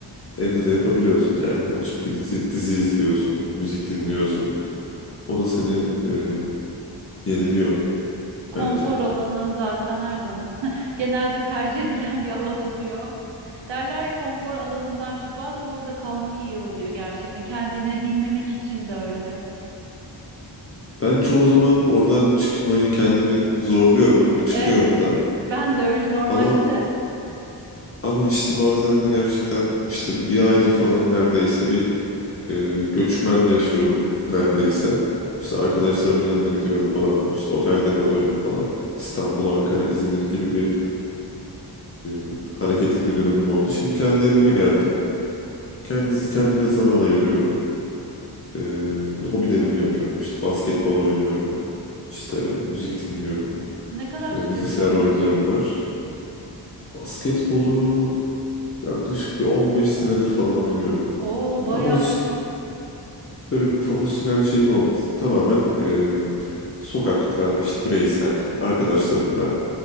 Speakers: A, on the left (about 35°); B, on the right (about 75°).
A: evde de yapabiliyorsun. Yani açıp bir dizi, dizi izliyorsun, müzik dinliyorsun. O da seni e, yeniliyor
B: Konfor
A: bence.
B: alanı zaten her zaman <laughs> genelde tercih edilen bir alan oluyor. Derler ya konfor alanından çık. Bazen orada kalmak iyi oluyor gerçekten. Kendine dinlemek için de öyle.
A: Ben çoğu zaman oradan çıkmayı kendimi zorluyorum ve çıkıyorum
B: Evet.
A: da.
B: Ben de öyle normalde
A: Ama
B: de.
A: ama işte bazen de gerçekten işte bir aydır falan neredeyse bir e, göçmen yaşıyordum neredeyse. İşte arkadaşlarımın yanına gidiyorum falan. İşte otelde kalıyorum falan. İstanbul, Ankara, İzmir gibi bir e, hareketli bir dönemim oldu. Şimdi kendi evime geldim. Kendi, kendime zaman ayırıyorum. E, hobilerimi yapıyorum. İşte basketbol oynuyorum. İşte müzik dinliyorum.
B: Ne kadar süredir
A: E, bilgisayar
B: oynuyorsun?
A: oyunlarım var. Basketbolu yaklaşık bir 15 senedir falan oynuyorum.
B: Oo, bayağı
A: Ama hiç
B: iyi.
A: Böyle bir profesyonel şey mi olmadı? Tamamen e, sokakta işte bireysel arkadaşlarımla